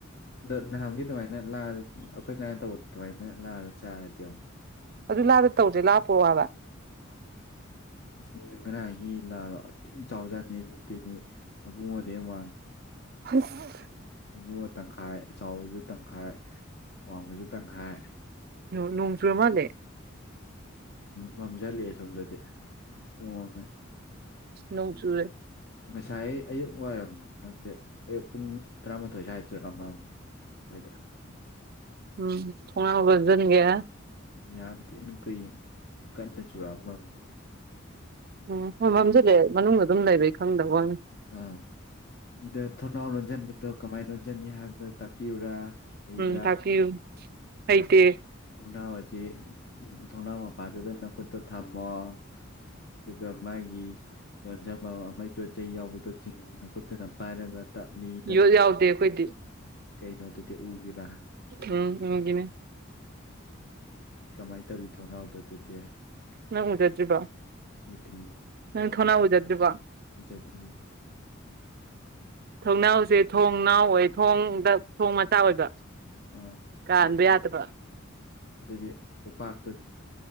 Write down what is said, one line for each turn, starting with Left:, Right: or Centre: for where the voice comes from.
Left: ꯑꯗꯣ ꯅꯍꯥꯟꯒꯤ ꯑꯗꯨꯃꯥꯏꯅ ꯂꯥꯛꯑ ꯑꯩꯈꯣꯏ ꯀꯔ ꯇꯧꯕ ꯑꯗꯨꯃꯥꯏꯅ ꯂꯥꯛꯑꯒ ꯆꯥꯔꯗꯤ ꯑꯃꯨ
Right: ꯑꯗꯨ ꯂꯥꯗ ꯇꯧꯁꯦ ꯂꯥꯄꯣ ꯍꯥꯏꯕ
Left: ꯑ ꯉꯔꯥꯡ ꯍꯤ ꯂꯥꯗꯣꯇꯤꯝ ꯆꯥꯎꯖꯥꯅꯤꯇꯤꯅꯤ ꯏꯕꯨꯡꯉꯣꯗꯤ ꯌꯥꯝ ꯋꯥꯡꯉꯤ
Right: ꯍꯁ
Left: ꯃꯨꯕ ꯇꯪꯈꯥꯏ ꯆꯥꯎꯕꯁꯨ ꯇꯪꯈꯥꯏ ꯋꯥꯡꯕꯁꯨ ꯇꯪꯈꯥꯏ
Right: ꯅꯣꯡꯖꯨꯔ ꯃꯥꯂꯦ
Left: ꯃꯝꯖꯜꯂꯦ ꯁꯣꯝꯗꯗꯤ ꯎꯉꯝꯃꯦ
Right: ꯅꯧ ꯆꯨꯔꯦ
Left: ꯉꯥꯏ ꯑꯌꯨꯛ ꯋꯥꯏꯔꯝ ꯅꯠꯇꯦ ꯑꯌꯨꯛ ꯄꯨꯡ ꯇꯔꯥꯃꯥꯊꯣꯏ ꯁ꯭ꯋꯥꯏꯗꯔꯥ ꯑꯩꯣꯏꯗ
Right: ꯎꯝ ꯊꯣꯡꯅꯕꯒꯖꯟꯒꯦ
Left: ꯌꯥꯝ ꯊꯤꯟ ꯀꯨꯏ ꯀꯟꯅ ꯆꯨꯔꯛꯑꯃꯝ
Right: ꯎꯝ ꯃꯐꯝꯁꯨꯗꯤ ꯃꯅꯨꯡꯗ ꯑꯗꯨꯝ ꯂꯩꯕꯩ ꯈꯪꯗꯕ ꯋꯥꯅꯤ
Left: ꯑꯥ ꯑꯗ ꯊꯣꯡꯅꯥꯎ ꯂꯣꯟꯁꯤꯟꯕꯗꯣ ꯀꯃꯥꯏꯅ ꯂꯣꯟꯁꯤꯟꯅꯤ ꯍꯥꯏꯕꯗꯨ ꯇꯥꯛꯄꯤꯌꯨꯔꯥ ꯍꯩꯕ꯭ꯔꯥ
Right: ꯎꯝ ꯇꯥꯛꯄꯤꯌꯨ ꯍꯇꯦ
Left: ꯊꯣꯡꯅꯥꯎ ꯑꯁꯤ ꯊꯣꯡꯅꯥꯎ ꯃꯄꯥꯗꯨꯗ ꯅꯀꯨꯠꯇ ꯊꯝꯃꯣ ꯑꯗꯨꯒ ꯃꯥꯒꯤ ꯂꯣꯟꯖꯕ ꯑꯃꯒꯤ ꯄꯣꯠꯆꯩ ꯌꯥꯎꯕꯗꯣ ꯆꯤꯡꯅ ꯀꯣꯠꯇꯨꯅ ꯄꯥꯏꯔꯒ ꯇꯞꯂꯤ ꯇꯞꯂꯤ
Right: ꯌꯣꯠ ꯌꯥꯎꯗꯦ ꯑꯩꯈꯣꯏꯗꯤ
Left: ꯀꯩꯅꯣꯗꯨꯗꯤ ꯎꯒꯤꯔꯥ
Right: ꯎꯝ ꯍꯒꯅꯦ
Left: ꯀꯃꯥꯏꯅ ꯇꯧꯋꯤ ꯊꯣꯡꯅꯥꯎꯗ ꯑꯗꯨꯗꯤ
Right: ꯅ ꯎꯖꯠꯖꯤꯕ
Left: ꯎꯠꯇ꯭ꯔꯤ
Right: ꯅꯪ ꯊꯣꯅꯥ ꯎꯖꯗ꯭ꯔꯤꯕ
Left: ꯆ ꯊꯦ
Right: ꯊꯣꯡꯅꯥꯎꯁꯦ ꯊꯣꯡ ꯅꯥꯎ ꯑꯣꯏ ꯊꯣꯡꯗ ꯊꯣꯡ ꯃꯆꯥ ꯑꯣꯏꯕ
Left: ꯑꯥ
Right: ꯀꯥꯟꯕ
Left: ꯑꯗꯨꯗꯤ
Right: ꯌꯥꯗꯕ
Left: ꯑꯗꯨꯗꯤ ꯎꯄꯥꯛꯇꯣ